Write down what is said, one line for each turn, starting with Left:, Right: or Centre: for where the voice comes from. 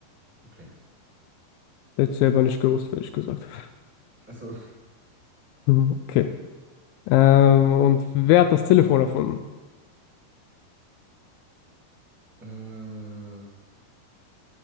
Centre: Okay.
Left: Hätte ich selber nicht gewusst, hätte ich gesagt. <laughs>
Centre: Also,
Left: Mhm, Okay. Ähm, und wer hat das Telefon erfunden?
Centre: <laughs> äh,